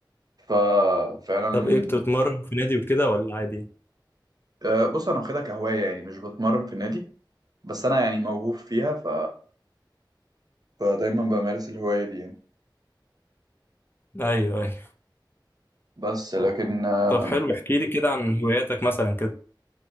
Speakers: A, on the right (about 50°); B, on the left (about 25°).
A: ففعلا
B: طب إيه بتتمرن في نادي وكده ولا عادي؟
A: آه، بص انا واخدها كهواية يعني مش بتمرن في النادي بس انا يعني موهوب فيها ف فدايما بمارس الهواية دي يعني
B: أيوه أيوه
A: بس لكن آه،
B: طب حلو احكيلي كده عن هواياتك مثلا كده